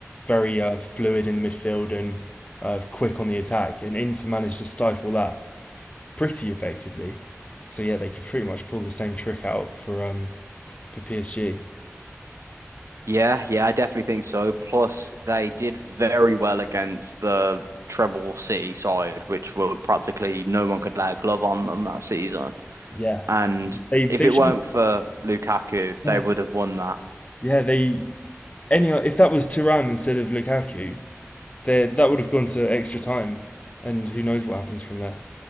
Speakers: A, on the left; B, on the right.
A: very uh, fluid in the midfield and uh, quick on the attack, and Inter managed to stifle that pretty effectively. So yeah, they could pretty much pull the same trick out for um for PSG.
B: Yeah, yeah, I definitely think so. Plus, they did very well against the Treble City side, which were practically no one could lay a glove on them that season.
A: Yeah,
B: And
A: they they
B: if it
A: should.
B: weren't
A: <sighs>
B: for Lukaku,
A: Yeah,
B: they would have won that.
A: yeah. They anyhow. If that was Thuram instead of Lukaku, there that would have gone to extra time, and who knows what happens from there.